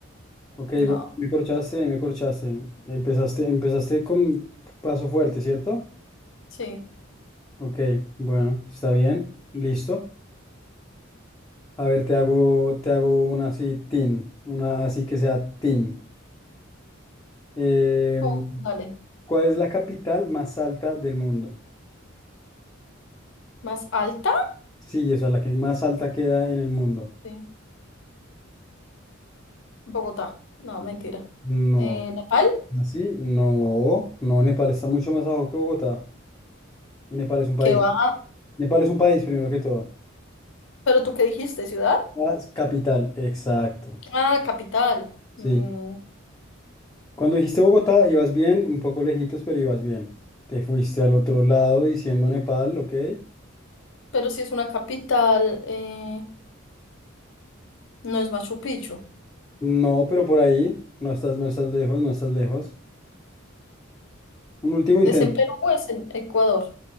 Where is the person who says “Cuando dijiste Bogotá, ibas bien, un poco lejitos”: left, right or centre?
Left